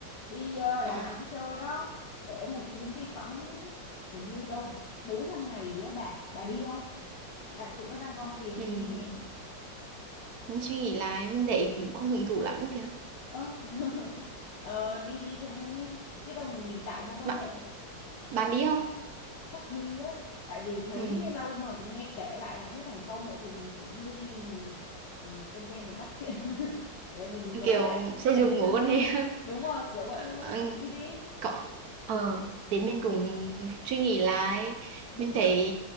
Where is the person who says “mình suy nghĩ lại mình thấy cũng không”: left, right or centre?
Right